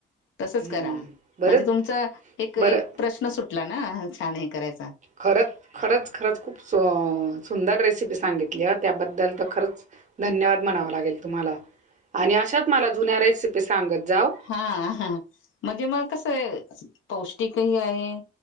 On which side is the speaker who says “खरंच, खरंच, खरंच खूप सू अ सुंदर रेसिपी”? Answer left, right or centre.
Right